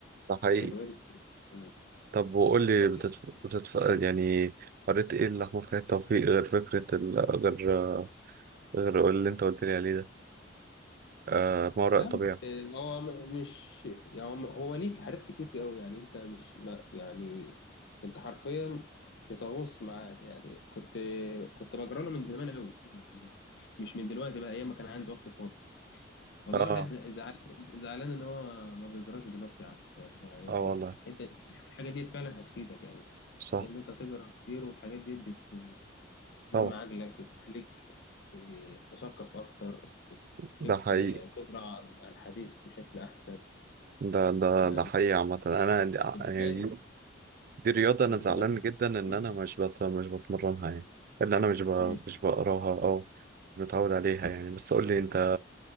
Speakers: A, on the right; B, on the left.
A: ده حقيقي
B: الروايه دي بتاعتها. مم.
A: طب وقول لي
B: طب
A: بتتف... بتتف... يعني قريت ايه لأحمد خالد توفيق غير فكرة ال... غير غير اللي انت قلت لي عليه ده آه ما وراء
B: لا
A: الطبيعة
B: آه، هو م- مش يعني هو هو ليك حاجات كتير قوي يعني انت مش ما يعني انت حرفيا بتغوص معاه يعني كنت كنت بجرى له من زمان قوي يعني مش من دلوقتي بقى ايام ما كان عندي وقت فاضي والله
A: اه
B: الواحد زعلان زعلان ان هو ما بيجراش دلوقتي يا عم يعني يعني
A: اه والله
B: الحته الحاجه ديت فعلا هتفيدك يعني
A: صح
B: ان انت تجرا كتير والحاجات ديت
A: طبعا
B: بتنمي عقلك تخليك آه، مثقف اكتر
A: ده
B: ليك
A: حقيقي
B: آه، قدره على على الحديث بشكل احسن
A: ده ده
B: يعني
A: ده حقيقي عامة أنا عندي-
B: بتغير
A: يعني دي رياضة أنا
B: بتغير
A: زعلان جدا إن
B: كتير
A: أنا مش بت... مش بتمرنها يعني إن أنا مش ب...
B: مم.
A: مش بقراها أو مش متعود عليها يعني بس قول لي أنت